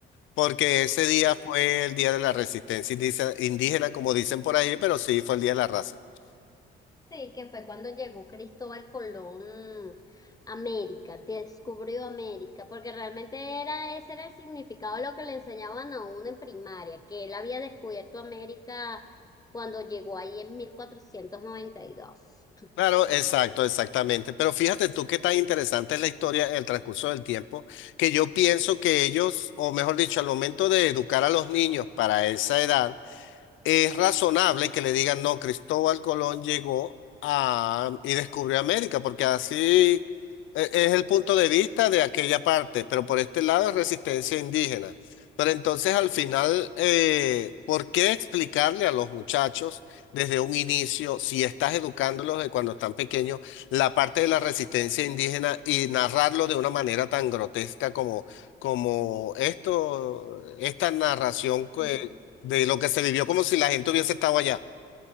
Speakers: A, on the left; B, on the left.
A: porque ese día fue el día de la resistencia indice- indígena, como dicen por ahí, pero sí fue el día de la raza.
B: Sí, que fue cuando llegó Cristóbal Colón a América, descubrió América, porque realmente era, ese era el significado de lo que le enseñaban a uno en primaria, que él había descubierto América cuando llegó ahí en 1492.
A: Claro, exacto, exactamente. Pero fíjate tú qué tan interesante es la historia en el transcurso del tiempo, que yo pienso que ellos, o mejor dicho, al momento de educar a los niños para esa edad, Es razonable que le digan, no, Cristóbal Colón llegó a, y descubrió América, porque así e- es el punto de vista de aquella parte, pero por este lado es resistencia indígena. Pero entonces al final, eh, ¿por qué explicarle a los muchachos desde un inicio, si estás educándolos de cuando están pequeños, la parte de la resistencia indígena y narrarlo de una manera tan grotesca como, como esto, esta narración?
B: <laughs>
A: de lo que se vivió como si la gente hubiese estado allá.